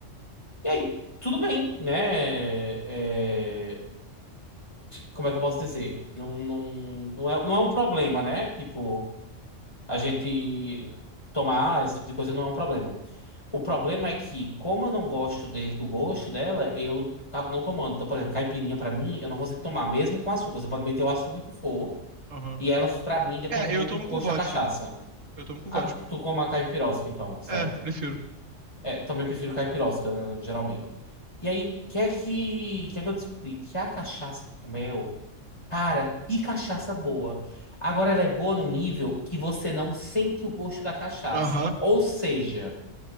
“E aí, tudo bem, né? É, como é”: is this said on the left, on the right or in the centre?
Left